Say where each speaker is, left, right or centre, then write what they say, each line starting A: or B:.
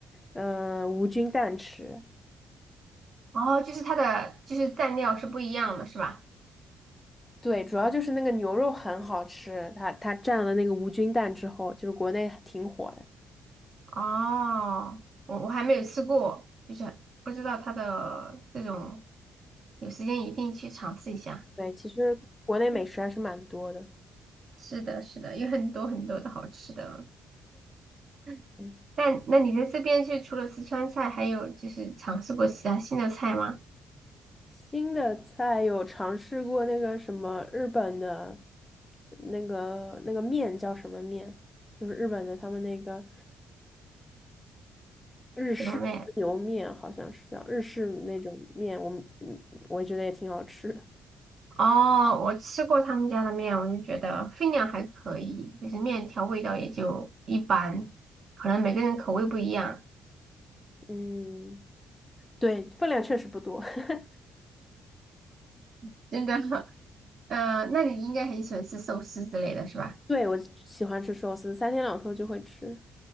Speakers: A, on the left; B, on the right.
A: 呃，无菌蛋吃。
B: 哦，就是它的就是蘸料是不一样的，是吧？
A: 对，主要就是那个牛肉很好吃，它它蘸了那个无菌蛋之后，就是国内挺火的。
B: 哦，我我还没有吃过，就是不知道它的这种，有时间一定去尝试一下。
A: 对，其实国内美食还是蛮多的。
B: 是的，是的，有很多很多的好吃的。<laughs>
A: 对，
B: 那那你在这边是除了四川菜，还有就是尝试过其他新的菜吗？
A: 新的菜有尝试过那个什么日本的，那个那个面叫什么面？就是日本的他们那个日式和牛面，
B: 什么面？
A: 好像是叫日式那种面。我们嗯我觉得也挺好吃的。
B: 哦，我吃过他们家的面，我就觉得分量还可以，就是面条味道也就一般，可能每个人口味不一样，
A: 嗯，对，分量确实不多。<laughs>
B: <laughs> 真的。嗯，那你应该很喜欢吃寿司之类的是吧？
A: 对，我喜欢吃寿司，三天两头就会吃。